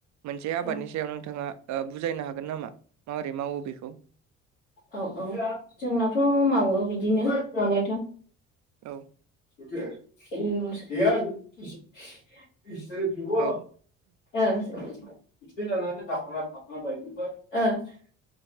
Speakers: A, on the right; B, on the left.
A: मोनसे आबादनि
B: औ
A: सायाव नोंथाङा बुजायनो हागोन नामा माबोरै मावो बेखौ
B: औ औ जोंनावथ' मावो बिदिनो मावनायाथ'
A: औ।
B: <inaudible>
A: औ।
B: ओ ओ।